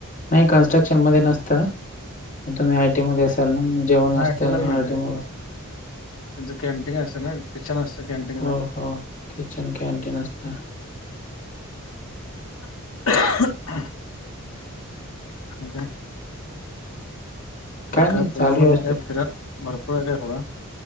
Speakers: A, on the left; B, on the left.
A: नाही कन्स्ट्रक्शन मध्ये नसत तुम्ही आयटी मध्ये असाल ना.... जेवण
B: नाही
A: असत
B: तिलाच
A: आयटीमध्ये...
B: मिळते होय. त्यांचं कॅन्टीन असत ना... किचन असतं कॅन्टीन....
A: हो हो किचन कॅन्टीन असत
B: <unintelligible> आणि काय? मग
A: नाही
B: काय पुण्यामध्ये
A: चालू व्यवस्थित
B: काय फिराय भरपूर आहे काय थोडा...